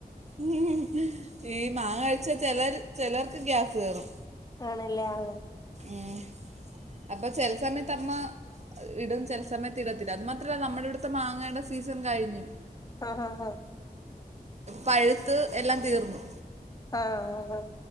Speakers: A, on the right; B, on the left.
A: ഉ ഈ മാങ്ങ കഴിച്ച ചെലർ ചെലർക്ക് ഗ്യാസ് കേറും.
B: ആണല്ലേ ആ.
A: ഉം അപ്പൊ ചെല സമയത്ത് അമ്മ. ഇടും ചെല സമയത്ത് ഇടത്തില്ല അത് മാത്രല്ല നമ്മുടെ ഇവിടുത്തെ മാങ്ങയുടെ സീസൺ കഴിഞ്ഞു.
B: ആ ഹ ഹ.
A: പഴുത്ത് എല്ലാം തീർന്നു.
B: ആഹ.